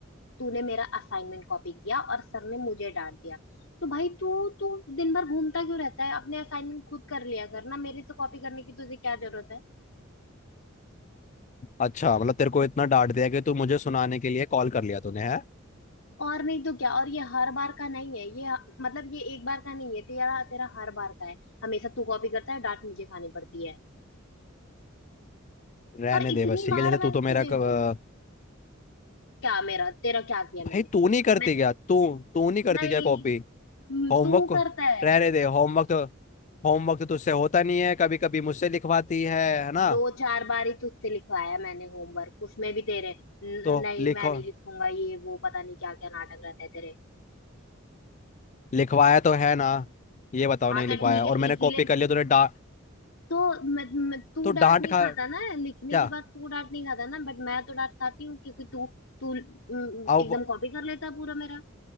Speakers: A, on the left; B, on the left.
A: तूने मेरा असाइनमेंट कॉपी किया और सर ने मुझे डांट दिया तो भाई तू तू दिन भर घूमता क्यों रहता है अपने असाइनमेंट खुद कर लिया कर ना मेरे से कॉपी करने की तुझे क्या जरूरत है
B: अच्छा मतलब तेरे को इतना डांट दिया कि तू मुझे सुनाने के लिए कॉल कर लिया तूने है
A: और नहीं तो क्या और ये हर बार का नहीं है ये मतलब ये एक बार का नहीं है तेरा तेरा हर बार का है हमेशा तू कॉपी करता है डांट मुझे खानी पड़ती है
B: रहने
A: और इतनी
B: दे बस ठीक
A: बार
B: है जैसे
A: मैंने
B: तू तो मेरा
A: तुझे
B: क- अ,
A: बोल क्या मेरा तेरा क्या किया मैंने
B: भाई तू नहीं करती
A: मैं
B: क्या तू तू नहीं करती
A: नहीं
B: क्या कॉपी
A: हम्म,
B: होमवर्क
A: तू करता है
B: रहने दे होमवर्क तो होमवर्क तो तुझसे होता नहीं है कभी कभी मुझसे लिखवाती है है ना
A: दो चार बार ही तुझसे लिखवाया मैंने होमवर्क उसमें भी तेरे "न-
B: तो
A: नहीं
B: लिखो
A: मैं नहीं लिखूंगा ये वो पता नहीं क्या क्या नाटक रहता है तेरे
B: लिखवाया तो है ना ये बताओ
A: हाँ
B: नहीं
A: तो
B: लिखवाया
A: ठीक है
B: और मैंने
A: इसीलिए
B: कॉपी कर लिया तूने डा
A: तो म, म, तू
B: तो
A: डांट
B: डांट
A: नहीं
B: खा
A: खाता ना लिखने
B: क्या
A: के बाद तू डांट नहीं खाता ना बट मैं तो डांट खाती हूँ क्योंकि तू तू म,
B: अब
A: एकदम कॉपी कर लेता है पूरा मेरा